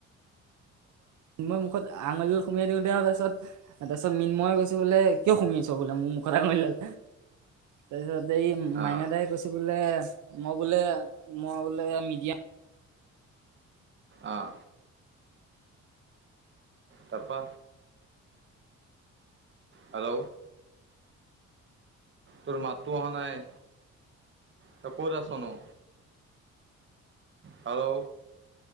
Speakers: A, on the right; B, on the right.
A: তোমাৰ মুখত আঙুলিডাল সুমিয়াই দিওতে আৰু তাৰপছত মিন্ময়ই কৈছে বোলে কিয় সুমাইছ বোলে মোৰ মুখত আঙুলিডাল তাৰপিছত। এই
B: অঁ
A: মাইনা দাই কৈছে বোলে, মই বোলে, মই বোলে মিডিয়াম
B: অহ। তাৰ পা। হেল্ল'। তোৰ মাততো অহা নাই, তই ক'ত আছনো? Hello,